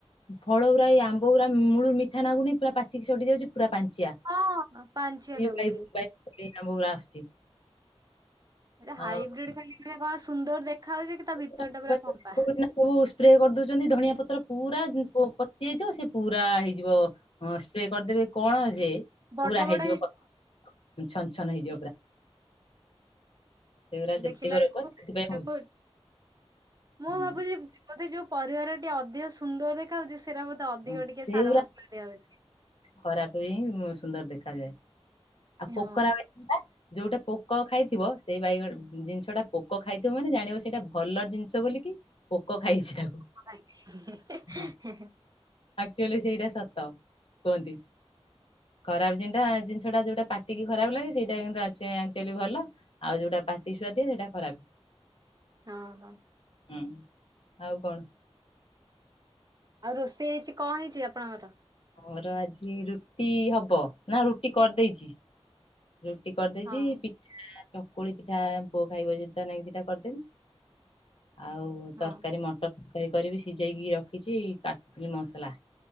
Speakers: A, on the left (about 60°); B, on the right (about 35°).
A: ଫଳ ଗୁରା ଏଇ ଆମ୍ବ ଗୁରା ମୂଳୁ ମିଠା ନାଗୁନି ପୁରା ପାଚିକି ଶଢ଼ୀ ଯାଉଛି ପୁରା ପାଞ୍ଚିଆ।
B: ହଁ ପାଞ୍ଚିଆ
A: <unintelligible>
B: ଲାଗୁଛି। ଏ ହାଇବ୍ରିଡ୍
A: ଆଉ
B: ଖାଲି କଣ ସୁନ୍ଦର ଦେଖା ହାଉଛି ତା
A: <unintelligible>
B: ଭିତର ଟା ପୁରା ଫମ୍ପା
A: ସବୁ ସ୍ପ୍ରେ କରିଦଉଛନ୍ତି ଧଣିଆ ପତ୍ର ପୁରା ପଚି ଯାଇଥିବ ସେ ପୁରା ହେଇଯିବ ହଁ ସ୍ପ୍ରେ କରିଦେବେ କଣ ଯେ
B: ବଡ
A: ପୁରା
B: ବଡ
A: ହେଇଯିବ ଛନ ଛନ ହେଇଯିବ ପୁରା। ସେଇଗୁରା ସେତିକି
B: ଦେଖିଲା
A: ରୋଗ
B: ବେଳକୁ
A: ସେଥିପାଇଁ
B: ତାକୁ
A: ହଉଛି।
B: ମୁଁ
A: ହୁଁ
B: ଭାବୁଛି ବୋଧେ ଯୋଉ ପରିବାର ଟେ ଅଧିକ ସୁନ୍ଦର ଦେଖା ହାଉଛି ସେରା ବ ତ ଅଧିକ
A: ହଁ
B: ଟିକେ
A: ସେଗୁରା
B: ସାର ମସଲା ଦିଆ ହଉଛି।
A: ଖରାପ ବି ସୁନ୍ଦର ଦେଖାଯାଏ ଆଉ
B: ହଁ
A: ପୋକରା ଯୋଉଟା ପୋକ ଖାଇଥିବ ସେଇ ବାଇଗ ଜିନିଷ ଟା ପୋକ ଖାଇଥିବ ମାନେ ଜାଣିବ ସେଇଟା ଭଲ ଜିନି ସ ବୋଲିକି ପୋକ ଖାଇଛି ତାକୁ
B: ନାଇଁ
A: ହଁ ଆକ୍ଚୁଆଲି ସେଇଟା ସତ କୁହନ୍ତି ଖରାପ ଜିନଟା ଟା ଯୋଉଟା ପାଟି ଖରାପ ଲାଗେ ସେଇଟା କିନ୍ତୁ ଆକଚୁଆଲି ଭଲ ଆଉ ଯୋଉଟା ପାଟି ସୁୁଆ ଦିଏ ସେଇଟା ଖରାପ।
B: ହଁ-ହଁ।
A: ହୁଁ ଆଉ କଣ?
B: ଆଉ ରୋଷେଇ ହେଇଛି କଣ ହେଇଛି ଆପଣଙ୍କର?
A: ମୋର ଆଜି ରୁଟି ହବ ନା ରୁଟି କରିଦେଇଛି। ରୁଟି କରିଦେଇଛି
B: ହଁ
A: ପିଠା ଚକୁଳି ପିଠା ପୁଅ ଖାଇବ ଯଦି ତା ନାଗି ଦିଟା କରିଦେବି। ଆଉ
B: ହଁ
A: ତରକାରୀ ମଟର କରିବି ସିଝେଇକି ରଖିଛି କାଟୁଥିଲି ମସଲା।